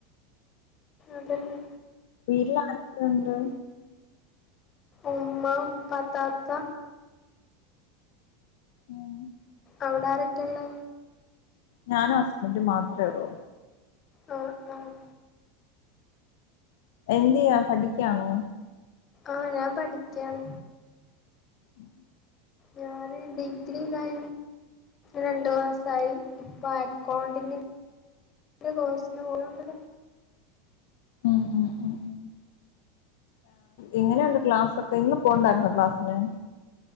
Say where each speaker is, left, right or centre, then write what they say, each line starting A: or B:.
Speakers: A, on the left; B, on the left.
A: അതെന്നേ
B: വീട്ടിലാരൊക്കെ ഉണ്ട്?
A: ഉമ്മ ഉപ്പ താത്ത
B: ഉം
A: അവിടെ ആരൊക്കെള്ളേ
B: ഞാനും ഹസ്ബൻഡും മാത്രള്ളൂ
A: ആഹ് ആഹ്
B: എന്ത്‌ ചെയ്യാ പഠിക്കാണോ?
A: ആഹ ഞാൻ പഠിക്കയാണ്
B: ഉം
A: ഞാന് ഡിഗ്രി കഴി രണ്ടു മാസായി ഇപ്പൊ അക്കൗണ്ടിങ്ങിന്റെ കോഴ്സിന് പോവണ്ട്
B: ഉം ഉം ഉം ഉം എങ്ങനെയുണ്ട് ക്ലാസൊക്കെ ഇന്ന് പോണ്ടായിരുന്നോ ക്ലാസ്സിന്,